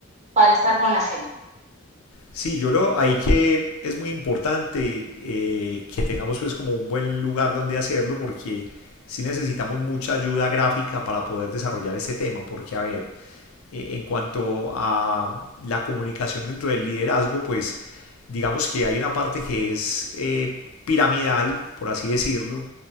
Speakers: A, on the right (about 35°); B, on the left (about 85°).
A: para estar con la gente.
B: Sí, yo lo, ahí que es muy importante eh, que tengamos pues como un buen lugar donde hacerlo porque sí necesitamos mucha ayuda gráfica para poder desarrollar este tema, porque a ver, eh, en cuanto a la comunicación dentro del liderazgo, pues digamos que hay una parte que es eh, piramidal, por así decirlo,